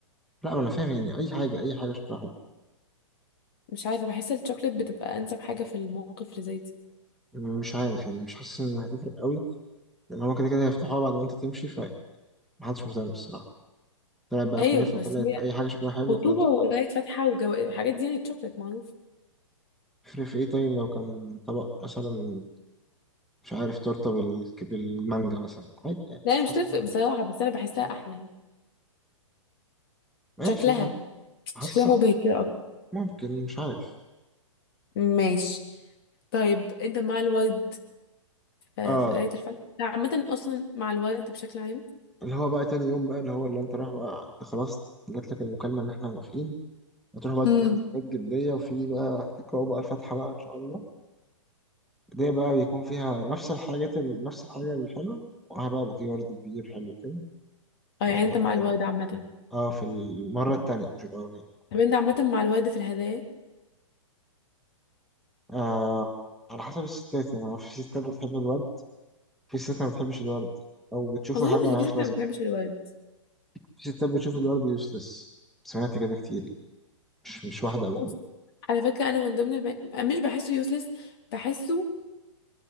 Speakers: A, in the centre; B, on the left.
A: لا ما انا فاهم يعني اي حاجه اي حاجه شكلها حلو
B: مش عارفة بحس الشوكليت بتبقى أنسب حاجة في المواقف اللي زي دي
A: مش عارف يعني مش حاسس انها هتفرق قوي لان هو كده كده هيفتحوها بعد ما انت تمشي فمحدش مهتم بالصراحه طلعت بقى
B: أيوة
A: كنافه
B: بس
A: طلعت
B: هي
A: اي حاجه شكلها حلو
B: خطوبة
A: خلاص
B: وقراية فاتحة والحاجات دي يعني الشوكليت معروف
A: يفرق في ايه طيب لو كان طبق مثلا مش عارف تورته بال... بالمانجا مثلا عادي يعني
B: لا هي
A: مش
B: مش
A: حاسس
B: تفرق
A: بحاجة
B: بصراحة بس أنا بحسها
A: بالظبط
B: أحلى يعني
A: ماشي
B: شكلها
A: يعني حاسس
B: شكلها مبهج كده
A: ممكن مش عارف
B: ماشي طيب انت مع الورد آه،
A: اه
B: في قراية الفن انت عامة اصلا مع الورد بشكل عام
A: اللي هو بقى تاني يوم بقى اللي هو اللي انت رايح بقى انت خلاص جات لك المكالمه ان احنا موافقين هتروح بقى
B: امم
A: تكتبوا في حاجات جديه وفي بقى هتقراوا بقى الفاتحه بقى ان شاء الله دي بقى بيكون فيها نفس الحاجات ال... نفس الحاجه الحلوه ومعاها بقى بوكيه ورد كبير حلو كده
B: اه
A: راح
B: يعني
A: مقطع
B: انت مع الورد
A: عضل
B: عامة
A: اه في المرة التانية مش الأولانية
B: طب انت عامة مع الورد في الهدايا
A: آه على حسب الستات يعني في ستات بتحب الورد في ستات ما بتحبش الورد أو بتشوفه
B: اظن
A: حاجة ملهاش
B: ان في ست
A: لازمة
B: ما بتحبش الورد
A: في ستات بتشوف الورد يوسلس سمعت كده كتير يعني مش مش واحدة أو
B: بص
A: اتنين
B: على فكرة انا من ضمن الب... مش بحسه يوسلس بحسه